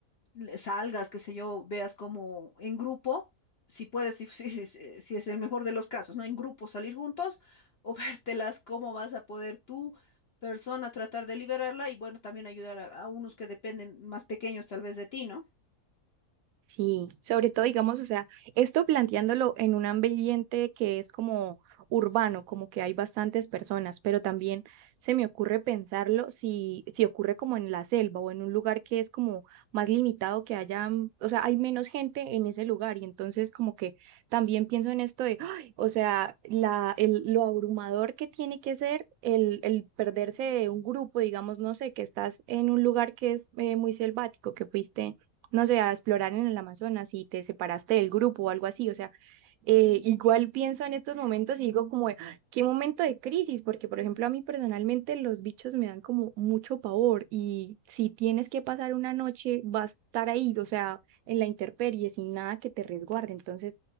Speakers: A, on the left; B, on the right.
A: le- salgas, qué sé yo, veas como en grupo, si puedes, si, <laughs> si, si- si- si es el mejor de los casos, ¿no? En grupo salir juntos o <laughs> vértelas, cómo vas a poder tú, persona, tratar de liberarla y bueno, también ayudar a, a unos que dependen más pequeños tal vez de ti, ¿no?
B: Sí, sobre todo, digamos, o sea, esto planteándolo en un ambiente que es como urbano, como que hay bastantes personas, pero también se me ocurre pensarlo si, si ocurre como en la selva o en un lugar que es como más limitado, que haya, mm, o sea, hay menos gente en ese lugar y entonces como que también pienso en esto de, ¡ay! o sea, la, el, lo abrumador que tiene que ser el, el perderse de un grupo, digamos, no sé, que estás en un lugar que es eh, muy selvático, que fuiste no sé, a explorar en el Amazonas y te separaste del grupo o algo así. O sea, eh, igual pienso en estos momentos y digo como, "Ah, qué momento de crisis, porque por ejemplo a mí personalmente los bichos me dan como mucho pavor y si tienes que pasar una noche vas a estar ahí, o sea, en la intemperie sin nada que te resguarde. Entonces...